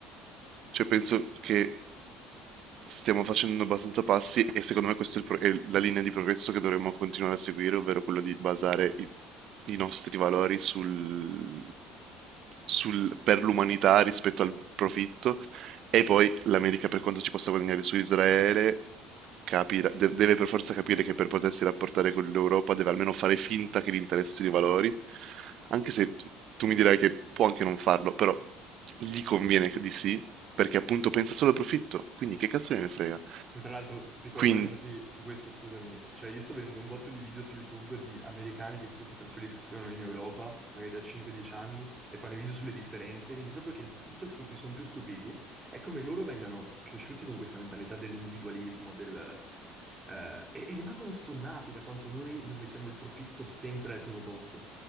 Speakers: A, on the right; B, on the right.
A: Cioè, penso che stiamo facendo abbastanza passi e secondo me questa è, il pro- è la linea di progresso che dovremmo continuare a seguire, ovvero quella di basare i, i nostri valori sul, sul- per l'umanità rispetto al profitto e poi l'America per quanto ci possa guadagnare su Israele, capirà- de- deve per forza capire che per potersi rapportare con l'Europa deve almeno fare finta che gli interessi i valori, anche se t- tu mi dirai che può anche non farlo, però gli conviene di sì, perché appunto pensa solo al profitto, quindi che cazzo ne frega?
B: Poi tra l'altro, piccola
A: Quindi...
B: parentesi su questo, scusami, cioè io sto vedendo un botto di video su YouTube di americani che tipo si trasferiscono in Europa, magari da 5-10 anni, e fanno i video sulle differenze, e vedi proprio che il punto su cui sono più stupiti è come loro vengano cresciuti con questa mentalità dell'individualismo, del, eh, e, e rimangono stonnati da quanto noi non mettiamo il profitto sempre al primo posto.